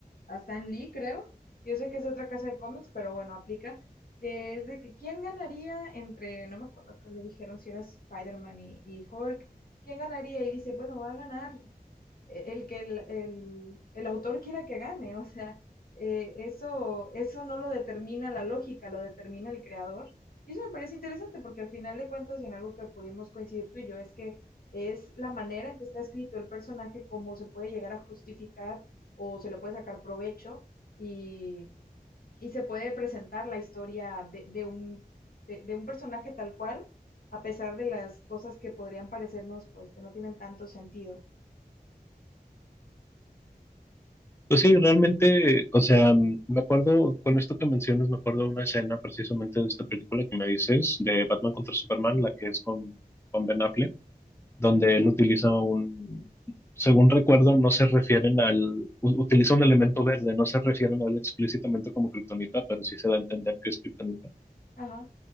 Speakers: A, on the left (about 65°); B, on the left (about 15°).
A: a Stan Lee, creo. Yo sé que es de otra casa de cómics, pero bueno, aplica que es de que quién ganaría entre, no me acuerdo que le dijeron si era Spider-Man y, y Hulk, quién ganaría y dice, bueno, va a ganar e- el que el, el- el autor quiera que gane, o sea, eh, eso, eso no lo determina la lógica, lo determina el creador. Y eso me parece interesante porque al final de cuentas, y en algo que pudimos coincidir tú y yo, es que es la manera en que está escrito el personaje, cómo se puede llegar a justificar o se le puede sacar provecho. Y, y se puede presentar la historia de, de un, de, de un personaje tal cual, a pesar de las cosas que podrían parecernos, pues, que no tienen tanto sentido.
B: Pues sí, realmente, o sea, mm, me acuerdo, con esto que mencionas, me acuerdo de una escena precisamente de esta película que me dices, de Batman contra Superman, la que es con, con Ben Affleck donde
A: Ujú.
B: él utiliza un, según recuerdo, no se refieren al, u- utiliza un elemento verde, no se refieren a él explícitamente como kriptonita, pero sí se da a entender que es kriptonita.
A: Ajá,